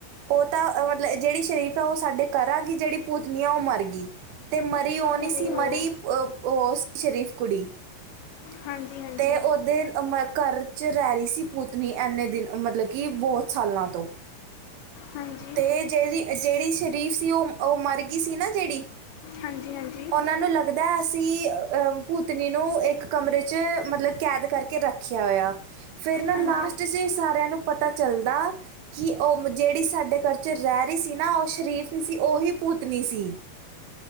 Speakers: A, on the right; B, on the left.
A: ਉਹ ਤਾਂ ਮਤਲਬ ਜਿਹੜੀ ਸ਼ਰੀਫ ਆ ਉਹ ਸਾਡੇ ਕਰਰਾਂਗੀ ਜਿਹੜੀ ਪੂਤਨੀ ਆ ਉਹ ਮਰ ਗਈ ਅਤੇ ਮਰੀ ਓਣੀ
B: ਉਹਦੇ
A: ਸੀ
B: ਉਹ
A: ਮਰੀ ਓ ਸੀ ਸ਼ਰੀਫ ਕੁੜੀ ਅਤੇ
B: ਹਾਂਜੀ ਹਾਂਜੀ
A: ਉਹਦੇ ਘਰ 'ਚ ਰੈਰੀ ਸੀ ਪੂਤਨੀ ਐਨੇ ਦਿਨ ਮਤਲਬ ਕਿ ਬਹੁਤ ਸਾਲਾਂ ਤੋਂ
B: ਹਾਂਜੀ
A: ਅਤੇ ਜਿਹੜੀ ਜਿਹੜੀ ਸ਼ਰੀਫ ਸੀ ਉਹ ਉਹ ਮਰ ਗਈ ਸੀ ਨਾ ਜਿਹੜੀ
B: ਹਾਂਜੀ ਹਾਂਜੀ
A: ਉਹਨਾਂ ਨੂੰ ਲੱਗਦਾ ਅਸੀਂ ਭੂਤਨੀ ਨੂੰ ਇੱਕ ਕਮਰੇ 'ਚ ਮਤਲਬ ਕੈਦ ਕਰਕੇ ਰੱਖ ਰਖਿਆ ਹੋਇਆ ਫੇਿਰ ਨਾ
B: ਹਾਂਜੀ
A: ਲਾਸਟ ਚ ਇਹ ਸਾਰਿਆਂ ਨੂੰ ਪਤਾ ਚੱਲਦਾ ਕਿ ਉਹ ਜਿਹੜੀ ਸਾਡੇ ਘਰ 'ਚ ਰਹਿ ਰਹੀ ਸੀ ਨਾ ਉਹ ਸ਼ਰੀਫ ਨਹੀਂ ਸੀ ਉਹੀ ਪੂਤਨੀ ਸੀ